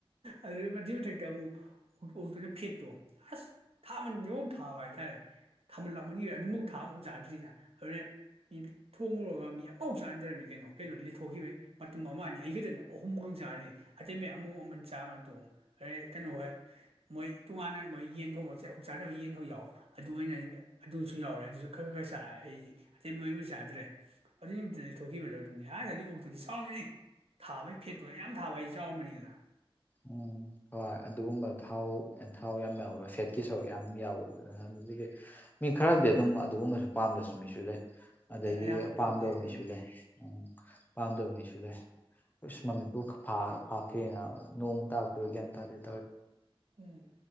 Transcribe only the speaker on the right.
ꯑꯗꯨꯗ ꯑꯗꯨꯏ ꯃꯊꯛꯇ ꯑꯃꯨꯛ ꯑꯣꯛꯇꯨꯅ ꯐꯦꯠꯇꯣ ꯑꯁ ꯊꯥꯃꯟ ꯊꯥꯕ ꯍꯥꯏꯇꯥꯔꯦ ꯊꯥꯃꯜ ꯂꯛꯃꯟꯒꯔꯦ ꯑꯗꯨꯃꯨꯛ ꯊꯥꯕ ꯑꯃꯕꯨꯛ ꯆꯥꯗ꯭ꯔꯤꯅ ꯑꯗꯨꯅꯦ ꯃꯤ ꯊꯣꯡꯂꯨꯔꯒ ꯃꯤ ꯑꯃꯐꯥꯎ ꯆꯥꯅꯗꯔꯕꯃꯤ ꯀꯩꯅꯣ ꯀꯩꯅꯣꯗꯣ ꯂꯦꯛꯊꯣꯛꯈꯤꯕꯩ ꯃꯇꯨꯝ ꯑꯃꯅꯤ ꯑꯩꯈꯛꯇꯅ ꯑꯍꯨꯝꯒ ꯆꯥꯔꯤ ꯑꯇꯩ ꯃ ꯑꯃꯨꯛ ꯑꯃꯟ ꯆꯥꯃ ꯇꯣꯝ ꯀꯩꯅꯣ ꯍꯣꯏ ꯃꯣꯏ ꯇꯣꯉꯥꯟꯅ ꯃꯣꯏ ꯌꯦꯟ ꯊꯣꯡ ꯆꯥꯗꯕ ꯌꯦꯟꯊꯣꯡ ꯌꯥꯎꯋ ꯑꯗꯨ ꯑꯣꯏꯅ ꯑꯗꯨꯁꯨ ꯌꯥꯎꯔꯦ ꯑꯗꯨꯁꯨ ꯈꯔ ꯈꯔ ꯈꯔ ꯆꯥꯦ ꯑꯩ ꯑꯇꯩ ꯃꯣꯏꯕꯨ ꯆꯥꯗ꯭ꯔꯦ ꯑꯗꯨꯏ ꯅꯨꯃꯤꯠꯇꯗꯤ ꯊꯣꯛꯈꯤꯕꯗ ꯑꯗꯨꯅꯤ ꯍꯥꯏꯗꯤ ꯑꯣꯛꯇꯣꯗꯤ ꯆꯥꯎꯔꯃꯅꯤ ꯊꯥꯕꯩ ꯐꯦꯠꯇꯣ ꯌꯥꯝ ꯊꯥꯕ ꯑꯩꯁꯦ ꯆꯥꯎꯔꯝꯕꯅꯤꯗꯅ
ꯑꯦ ꯑꯌꯥꯝꯕ
ꯄꯥꯝꯅꯩ
ꯎꯝ
ꯎꯝ